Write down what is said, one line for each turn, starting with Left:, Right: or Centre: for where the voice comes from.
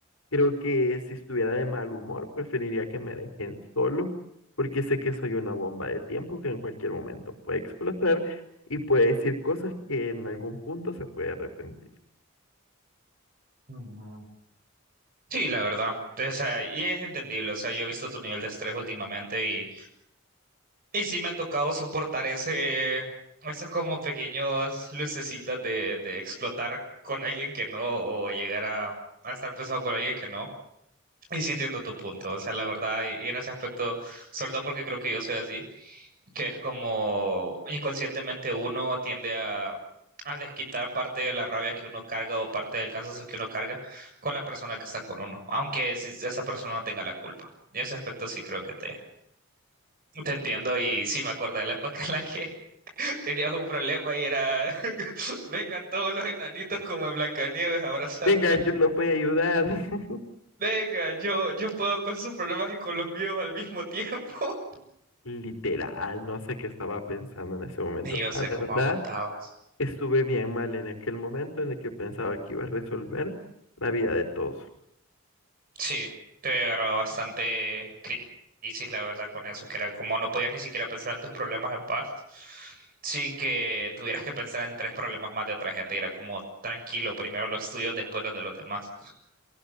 Left: Creo que si estuviera de mal humor, preferiría que me dejen solo, porque sé que soy una bomba de tiempo que en cualquier momento puede explotar y puede decir cosas que en algún punto se puede arrepentir.
Right: Mm. Sí, la verdad. O sea, y es entendible. O sea, yo he visto tu nivel de estrés últimamente Y sí me ha tocado soportar ese, esos como pequeños lucecitas de, de explotar con alguien que no, o llegar a, a estar pesado con alguien que no. Y sí entiendo tu punto, o sea, la verdad, y, y en ese aspecto, sobre todo porque creo que yo soy así, que es como inconscientemente uno tiende a, a desquitar parte de la rabia que uno carga o parte del cansancio que uno carga con la persona que está con uno, aunque si- esa persona no tenga la culpa. En ese aspecto sí creo que te, te entiendo y sí me acordé de la época en la que Tenías un problema y era, <laughs> vengan todos los enanitos como en Blancanieves a abrazarme.
Left: Vengan, yo los voy a ayudar. <laughs>
Right: <laughs> Venga, yo, yo puedo con sus problemas y con los míos al mismo tiempo. <laughs>
Left: Literal, no sé qué estaba pensando en ese momento.
Right: Y yo
Left: La
Right: sé
Left: verdad,
Right: cómo aguantabas.
Left: estuve bien mal en aquel momento en el que pensaba que iba a resolver la vida de todos.
Right: Sí, te había agarrado bastante cri- crisis, la verdad, con eso, que era como no podías ni siquiera pensar en tus problemas en paz, sin que tuvieras que pensar en tres problemas más de otra gente. Y era como tranquilo, primero los tuyos, después los de los demás. <laughs>